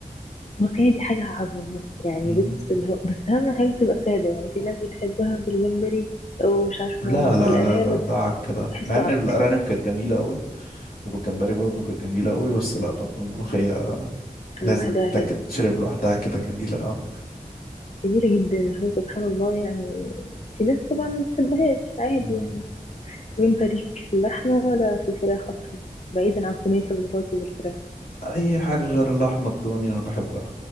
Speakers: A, on the left; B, on the left.
A: الملوخية دي حاجة عظمة يعني
B: مم.
A: بص اللي هو بس أهم حاجة تبقى سادة يعني في ناس بتحبها بالجمبري أو مش عارفة
B: لا لا
A: بالأرانب
B: لا لا دعك كده
A: بحسه
B: مع ان
A: عك
B: الارانب كانت جميله قوي وبالجمبري برضو كانت جميله قوي بس لا برضو الملوخيه لازم
A: لوحدها
B: تتاكل
A: كده
B: تشرب لوحدها كده جميله اه
A: جميلة جدا هو سبحان الله يعني في ناس طبعا ما بتحبهاش عادي
B: مم.
A: يعني طب انت ليك في اللحمة ولا في الفراخ أكتر بعيدا عن صينية البطاطس والفراخ
B: اي حاجه غير اللحمه الضاني انا بحبها